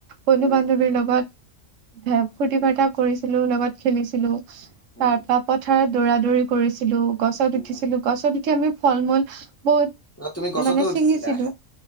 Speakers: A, on the right; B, on the left.
A: বন্ধু
B: উম,
A: বান্ধৱীৰ লগত। ফূৰ্তি
B: উম,
A: ফাৰ্তা কৰিছিলোঁ লগত খেলিছিলোঁ তাৰ
B: উম,
A: পৰা পথাৰত দৌৰা দৌৰি কৰিছিলোঁ। উছিলোঁ গছত
B: উম।
A: উঠিছিলোঁ গছত উঠি আমি ফল মূল বহুত
B: অ' তুমি গছতো
A: মানে
B: উঠিছিলা?
A: ছিঙিছিলোঁ